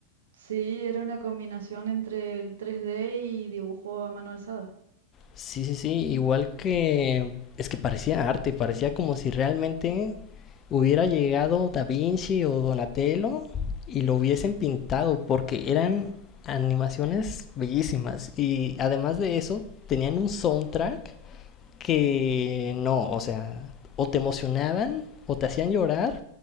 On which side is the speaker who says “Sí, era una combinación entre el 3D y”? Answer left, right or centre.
Right